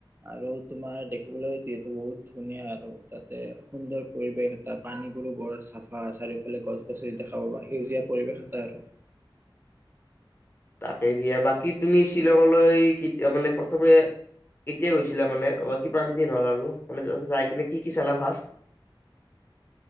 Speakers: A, on the right (about 25°); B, on the left (about 25°).
A: আৰু তোমাৰ দে কৰিবলৈ যিহেতু বহুত ধুনীয়া আৰু তাতে সুন্দৰ পৰিৱেশ এটা, পানীবোৰো বৰ চাফা, চাৰিওফালে গছগছনি দেখা পাবা, সেউজীয়া পৰিৱেশ এটা আৰু।
B: তাকে দিয়া । বাকী তুমি শ্বিলঙলৈ কেতিয়া- মানে প্ৰথমে কেতিয়া গৈছিলা মানে? অ'- কিমান হ'ল আৰু । কলেজত যাই কিনে কি কি চালা? ফাঁষ্ট